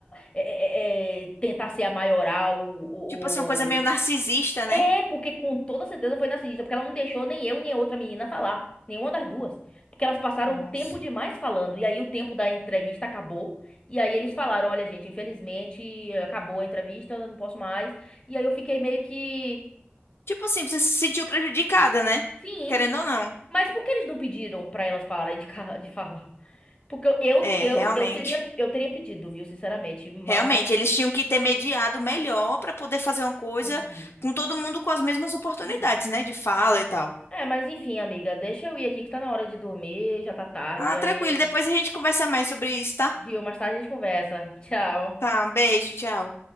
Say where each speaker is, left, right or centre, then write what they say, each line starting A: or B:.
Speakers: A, on the left; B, on the left.
A: é, é, é, tentar ser a maioral o
B: Tipo assim, uma coisa meio
A: ou-
B: narcisista,
A: É,
B: né?
A: porque com toda certeza foi narcisista, porque ela não deixou nem eu nem a outra menina falar, nenhuma das duas. Porque elas passaram
B: Nossa.
A: tempo demais falando, e aí o tempo da entrevista acabou, e aí eles falaram, olha, gente, infelizmente acabou a entrevista, não posso mais. E aí eu fiquei meio que...
B: Tipo assim, você se sentiu prejudicada, né?
A: Sim,
B: Querendo ou não.
A: Mas por que eles não pediram pra elas pararem de, ca- de falar? Porque eu, eu,
B: É,
A: eu,
B: realmente.
A: eu teria, eu teria pedido, viu, sinceramente, mas...
B: Realmente, eles tinham que ter mediado melhor para poder fazer uma coisa
A: Uhum,
B: com todo mundo com as mesmas oportunidades,
A: uhum.
B: né, de fala e tal.
A: É, mas enfim, amiga, deixa eu ir aqui que tá na hora de dormir, já tá tarde,
B: Ah,
A: aí,
B: tranquilo, depois a gente conversa mais sobre isso, tá?
A: viu, mais tarde a gente conversa. Tchau.
B: Tá, um beijo, tchau.